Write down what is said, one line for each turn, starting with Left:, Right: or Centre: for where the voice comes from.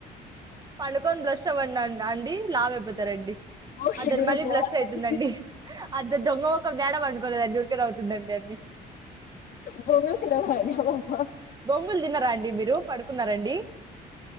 Right: అనుకోన్ బ్లష్ అవ్వన్న్న రాఅండి లావు అయిపోత్ తరండి
Left: ఓకే
Right: అదని
Left: ఇదేదో
Right: మళ్ళీ
Left: బావుందండి.
Right: బ్లష్ అయితుందండి <inaudible> అద్ద దొంగో మెఖం గ్యాడపటుకోలేదం చూడు <inaudible> అండి
Left: బోంగ తిన <unintelligible>
Right: బోంగ్ ల్ తిన్నారా అండి మీరు పడుకున్నారా అండి